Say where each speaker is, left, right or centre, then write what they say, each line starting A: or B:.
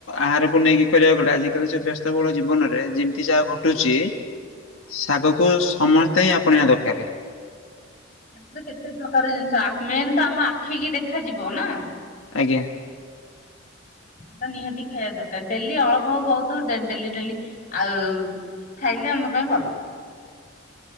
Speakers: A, on the left (about 85°); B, on the left (about 40°).
A: ଆହାରକୁ ନେଇକି କରିବାକୁ ଗଲେ ଆଜିକାଲି ସେ ବ୍ୟସ୍ତବହୁଳ ଜୀବନରେ ଯେମିତି ଯାହା ଘଟ ଘଟୁଚି ଶାଗ କୁ ସମସ୍ତେ ହିଁ ଆପଣେଇବା ଦରକାର।
B: ଶାଗରେ କେତେ ପ୍ରକାର ଜିନିଷ ଆଖ ମେନ୍ ତ ଆମ ଆଖି କି ଦେଖାଯିବ ନା।
A: ଆଜ୍ଞା।
B: ଶାଗ ନିହାତି ଖାଇବା ଦରକାର ଡେଲି ଅଳପ ହଉ ବହୁତ ହଉ ଡେଲି ଡେଲି ଆଉ ଖାଇଲେ ଆମ ପାଇଁ ଭଲ।